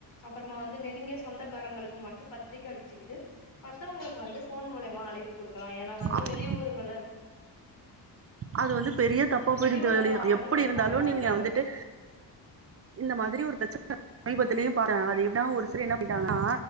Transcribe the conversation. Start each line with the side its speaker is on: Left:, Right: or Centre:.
Left: அப்புறமா வந்து நெருங்கிய சொந்தக்காரங்களுக்கு மட்டு பத்திரிக்க அடிச்சுக்கிட்டு மத்தவங்களுக்கு வந்து ஃபோன் மூலயமா அழைப்பு குடுக்கலா ஏனா வந்து
Right: அது
Left: வெளி ஊருங்கள்ல
Right: அது வந்து பெரிய தப்பா போயிடோ
Left: வெளியூர்லல்லா
Right: தோழி
Left: ஆளுங்க
Right: எப்டி
Left: இருக்காங்க
Right: இருந்தாலு
Left: அதனால
Right: நீங்க வந்துட்டு இந்த மாதிரி ஒரு பிரச் சன சமீபத்திலயு பாத்த அது எப்டினா ஒரு சிலர் என்ன பண்ணிட்டாங்கனா